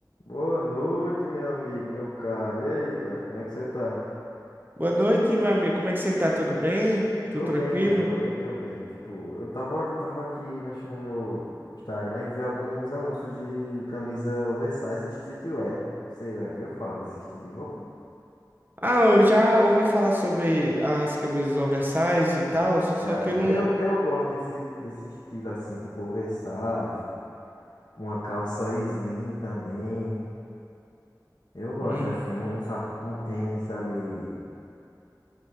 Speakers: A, on the left; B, on the right.
A: Boa noite, meu amigo, meu caro. E aí, cara, como é que você tá?
B: Boa noite, meu amigo. Como é que você tá? Tudo bem? Tudo
A: Tô
B: tranquilo?
A: bem, cara, tô bem, tô bem. Tipo, eu tava, ol- tava aqui mexendo no meu Instagram e vi alguns anúncios de camisa oversize e streetwear. Você já viu falar desse estilo de roupa?
B: Ah, eu já ouvi falar sobre as camisas oversize e tal, só
A: Já,
B: que
A: já.
B: eu não.
A: Eu, eu gosto desse, desse estilo assim, tipo oversize, uma calça slim também. Eu gosto
B: Uhum.
A: assim, um, sap- um tênis ali